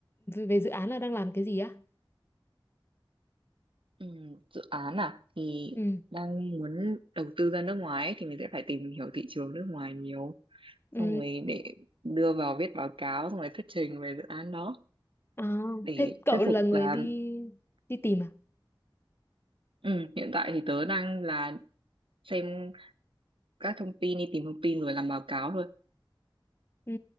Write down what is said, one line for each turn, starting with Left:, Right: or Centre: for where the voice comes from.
Left: về dự án là đang làm cái gì á
Right: ừ, Dự án à Thì
Left: ừ
Right: đang muốn đầu tư ra nước ngoài ấy, Thì mình sẽ phải tìm hiểu thị trường nước ngoài nhiều
Left: ừ
Right: Xong rồi để đưa vào viết báo cáo Xong rồi thuyết trình về dự án đó
Left: à,
Right: Để
Left: thế cậu
Right: thuyết
Left: là
Right: phục
Left: người
Right: là
Left: đi đi tìm à
Right: ừ, Hiện tại thì tớ đang là xem các thông tin đi tìm thông tin rồi làm báo cáo thôi
Left: ừ